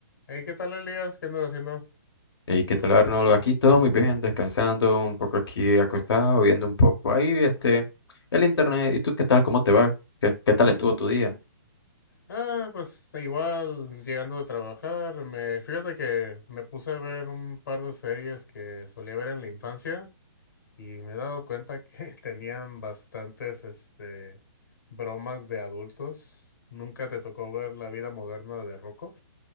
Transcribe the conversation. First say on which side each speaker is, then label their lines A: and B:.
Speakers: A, on the left; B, on the left.
A: Hey, ¿qué tal, Elías? ¿Qué andas haciendo?
B: ¿Y qué tal, Arnold? Aquí todo muy bien, descansando un poco aquí acostado, viendo un poco ahí este, el internet. ¿Y tú qué tal? ¿Cómo te va? ¿Qué, qué tal estuvo tu día?
A: Ah, pues igual llegando de trabajar, me fíjate que me puse a ver un par de series que solía ver en la infancia y me he dado cuenta que <laughs> tenían bastantes este bromas de adultos. Nunca te tocó ver La vida moderna de Rocco.